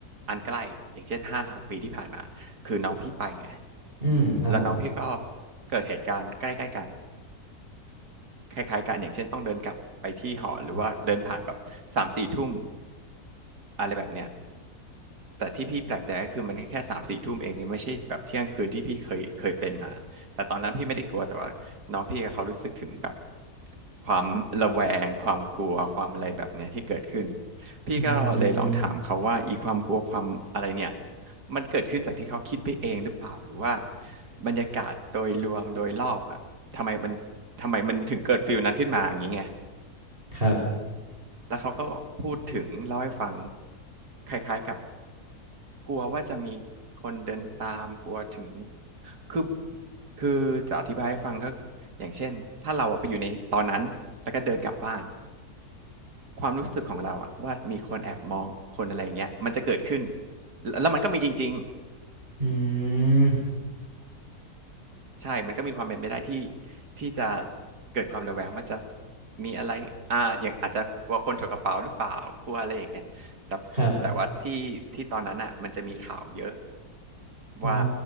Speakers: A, on the right (about 80°); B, on the right (about 35°).
A: อันใกล้อย่างเช่นห้าหกปีที่ผ่านมาคือน้องพี่ไปไง
B: อืมครับผม
A: แล้วน้องพี่ก็เกิดเหตุการณ์ใกล้ๆกัน คล้ายๆกันอย่างเช่นต้องเดินกลับไปที่หอหรือว่าเดินผ่านแบบสามสี่ทุ่มอะไรแบบเนี้ยแต่ที่พี่แปลกใจก็คือมันแค่สามสี่ทุ่มเองยังไม่ใช่แบบเที่ยงคืนที่พี่เคยเคยเป็นมาแต่ตอนนั้นพี่ไม่ได้กลัวแต่ว่าน้องพี่กับเขารู้สึกถึงแบบความระแวงความกลัวความอะไรแบบเนี้ยที่เกิดขึ้นพี่ก็เลยลองถามเขาว่าอีความกลัวความอะไรเนี่ย
B: อืม
A: มันเกิดขึ้นจากที่เขาคิดไปเองหรือเปล่าหรือว่าบรรยากาศโดยรวมโดยรอบอ่ะ ทำไมมันทำไมมันถึงเกิดฟิลนั้นขึ้นมาอย่างนี้ไง
B: ครับ
A: แล้วเขาก็พูดถึงเล่าให้ฟังคล้ายๆกับกลัวว่าจะมีคนเดินตามกลัวถึงคือคือจะอธิบายให้ฟังก็อย่างเช่นถ้าเราอะไปอยู่ในตอนนั้นแล้วก็เดินกลับบ้านความรู้สึกของเราอะว่ามีคนแอบมองคนอะไรอย่างเงี้ยมันจะเกิดขึ้นแล้วแล้วมันก็มีจริง
B: อืม
A: ใช่มันก็มีความเป็นไปได้ที่ที่จะเกิดความระแวงว่าจะมีอะไรอ่าอย่างอาจจะกลัวคนฉกกระเป๋าหรือเปล่ากลัวอะไรอย่างเงี้ยแต่แต่ว่าที่ที่ตอนนั้นอ่ะมันจะมีข่าวเยอะ
B: ครับอ๋อ
A: ว่า